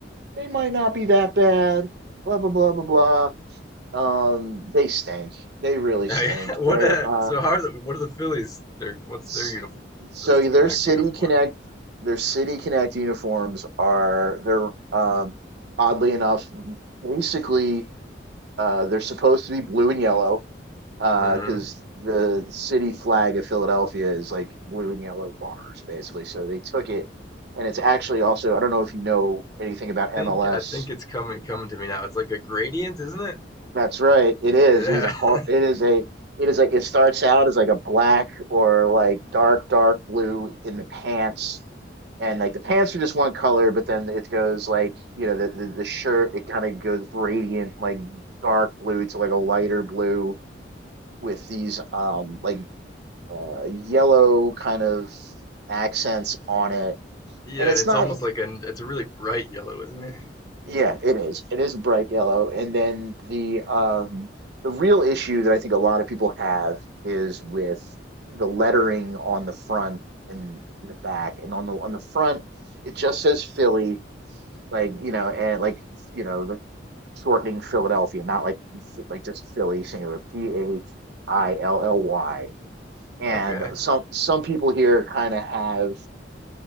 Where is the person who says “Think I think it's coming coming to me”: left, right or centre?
Left